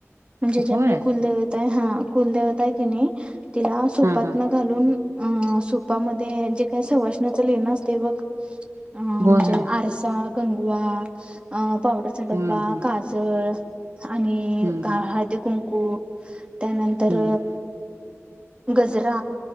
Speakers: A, on the right; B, on the right.
A: म्हणजे जी
B: होय
A: आपली कुलदेवता हा कुलदेवता आहे कणी तिला सुपातन
B: हा हा
A: घालून अ सुपामध्ये जे काय सवासनांचं लेन असते बघ. आ म्हणजे
B: होय हा
A: आरसा, कंगवा आ पावडरचा डब्बा
B: हम्म हम्म
A: काजळ आणि
B: हम्म
A: घाई हळदी कुंकू त्यानंतर
B: हम्म
A: गजरा